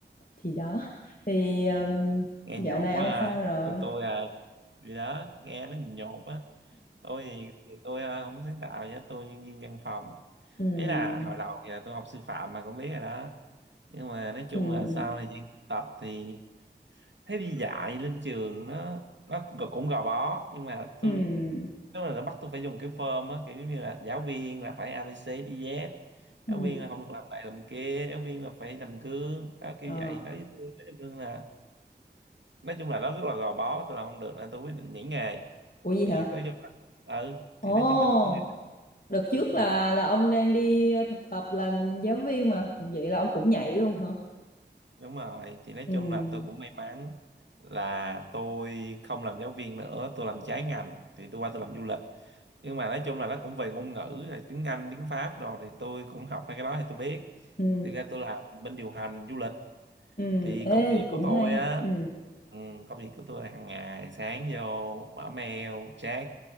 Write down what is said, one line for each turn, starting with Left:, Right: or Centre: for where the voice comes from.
Left: thì đó thì um,
Right: Nghe
Left: dạo
Right: nhột
Left: này
Right: quá
Left: ông
Right: ha.
Left: sao rồi
Right: Còn tôi à, gì đó, nghe nó nhột á. Tôi thì thì tôi à, không sáng tạo gì hết, tôi nhân viên văn phòng.
Left: ừ
Right: Ý là hồi đầu thì là tôi học sư phạm mà cũng biết rồi đó. Nhưng mà nói chung
Left: ừ
Right: là sau thời gian thực tập thì thấy đi dạy lên trường nó nó cũng gò bó nhưng mà tôi
Left: ừ
Right: nếu mà là bắt tôi phải dùng cái form á kiểu như là giáo viên là phải ABC đi Z
Left: ừ
Right: giáo viên là không được làm này làm kia giáo viên là phải làm gương đó kiểu
Left: ờ
Right: vậy nói với tôi nói chung là nói chung là nó rất là gò bó tôi làm không được nên tôi quyết định nhảy nghề
Left: ủa gì
Right: thì
Left: hả
Right: có cho ừ
Left: ồ
Right: thì nói chung là tôi cũng
Left: đợt trước
Right: ừ.
Left: là là ông đang đi thực tập làm giáo viên mà vậy là ông cũng nhảy luôn hả
Right: Đúng rồi, thì nói
Left: ừ
Right: chung là tôi cũng may mắn là tôi không làm giáo viên nữa, tôi làm trái ngành thì tôi qua tôi làm du lịch. Nhưng mà nói chung là nó cũng về ngôn ngữ là tiếng Anh, tiếng Pháp rồi thì tôi cũng học hai cái đó thì tôi biết.
Left: ừ
Right: Thì ra tôi làm bên điều hành du lịch
Left: ừ
Right: thì
Left: ê
Right: công việc của
Left: cũng
Right: tôi
Left: hay
Right: á
Left: ừ
Right: ừ, công việc của tôi là hàng ngày sáng vô mở mail check